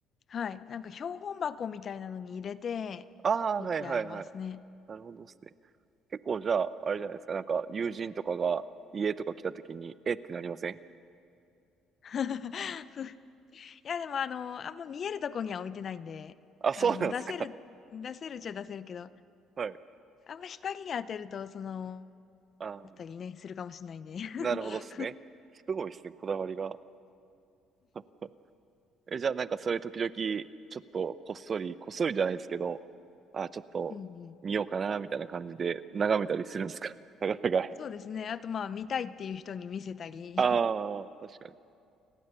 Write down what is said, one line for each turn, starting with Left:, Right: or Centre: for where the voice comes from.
Left: はい。なんか標本箱みたいなのに入れて、
Right: ああ、
Left: 取ってありますね。
Right: はいはいはい。なるほどですね。結構じゃあ、あれじゃないですか。なんか友人とかが家とか来た時に、えってなりません
Left: <laughs> いや、でもあの、あんま見えるとこには置いてないんで、
Right: あ、そうなんですか。
Left: あの、出せる、出せるっちゃ出せるけど、
Right: <laughs> はい。
Left: あんま光に当てると、その、
Right: ああ。
Left: だったりね、するかもしれないんで。<laughs>
Right: なるほどっすね。すごいっすね、こだわりが。<laughs> え、じゃあなんかそれ時々、ちょっとこっそり、こっそりじゃないですけど、あ、ちょっと見ようかな、
Left: うんうん。
Right: みたいな感じで眺めたりするんですか <laughs> 宝貝。
Left: そうですね。あとまあ、見たいっていう人に見せたり。
Right: ああ、確かに。